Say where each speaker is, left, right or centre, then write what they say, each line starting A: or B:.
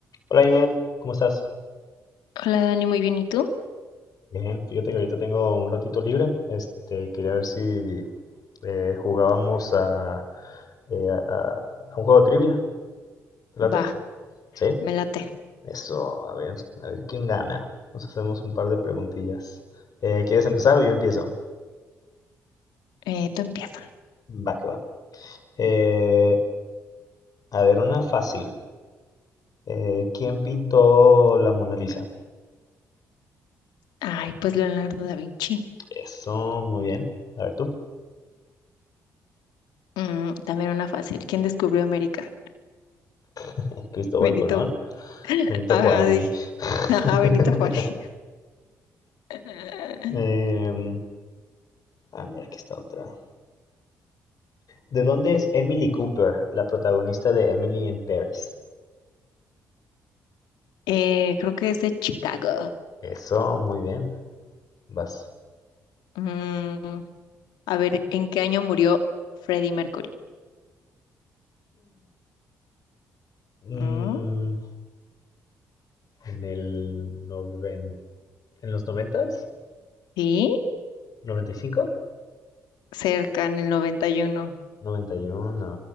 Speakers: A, on the left (about 55°); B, on the left (about 80°).
A: Hola Inet, ¿cómo estás?
B: Hola Dani, muy bien. ¿Y tú?
A: Bien, fíjate que ahorita tengo un ratito libre. Este, quería ver si eh, jugábamos a, eh, a, a- a un juego de trivia. ¿Te late?
B: Va,
A: Sí.
B: me late.
A: Eso, a ver, a ver quién gana. Nos hacemos un par de preguntillas. Eh, ¿quieres empezar o yo empiezo?
B: Eh, tú empieza.
A: Va que va. Eh, a ver, una fácil. Eh, ¿quién pintó la Mona Lisa?
B: Ay, pues Leonardo da Vinci.
A: Eso, muy bien. A ver tú.
B: Mm, también una fácil. ¿Quién descubrió América?
A: <laughs> Cristóbal
B: Benito.
A: Colón. Benito
B: Ajá,
A: Juárez,
B: dije.
A: sí. <laughs>
B: Ajá, Benito Juárez. <laughs>
A: Em, ah, mira, aquí está otra. ¿De dónde es Emily Cooper, la protagonista de Emily in Paris?
B: Eh, creo que es de Chicago.
A: Eso, muy bien. Vas.
B: Mm, a ver, ¿en qué año murió Freddie Mercury?
A: Mm,
B: Mm,
A: en el noven... ¿En los noventas?
B: sí,
A: ¿Noventa Noventa y cinco?
B: cerca, en el 91.
A: noventa y uno.